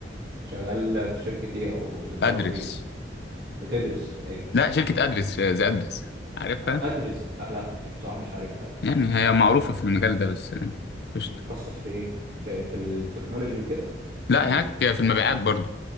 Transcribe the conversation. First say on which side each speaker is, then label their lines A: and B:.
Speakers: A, on the right; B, on the left.
A: شغال في شركه ايه او بتتدرب
B: ادرس
A: فين بتدرس ايوه
B: لا شركة ادرس آه، زي ادرس عارفها
A: ادرس أ- لا مش بصراحه مش عارفها
B: يعني هي
A: طب
B: معروفة في المجال ده بس يعني
A: بتتخصص
B: قشطة
A: في ايه في, في التكنولوجي وكده
B: لا
A: في
B: هناك في المبيعات برضو